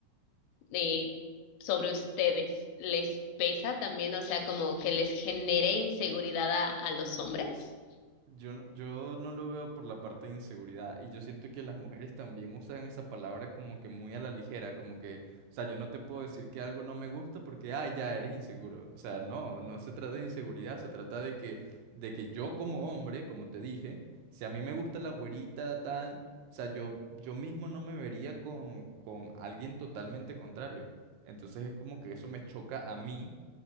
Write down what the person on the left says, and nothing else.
eh, sobre ustedes les pesa también? O sea, como que les genere inseguridad a, a los hombres?